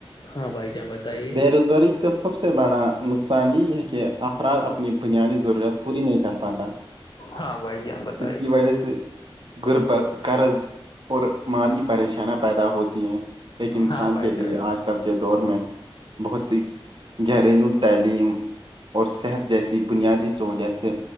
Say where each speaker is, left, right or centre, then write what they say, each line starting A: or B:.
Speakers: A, on the left; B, on the right.
A: ہاں بھائی جان بتائیے
B: بے روزگاری کا سب سے بڑا نقصان یہ ہے کہ افراد اپنی بنیادی ضرورت پوری نہیں کر پاتا
A: ہاں بھائی جان بتا
B: اس کی وجہ سے غربت قرض اور مالی پریشانیاں پیدا ہوتی ہیں ایک انسان
A: ہاں بھائی
B: کے
A: جان
B: لیے آج کل کے دور میں بہت سی گھریلو تعلیم اور صحت جیسی بنیادی سہولیات سے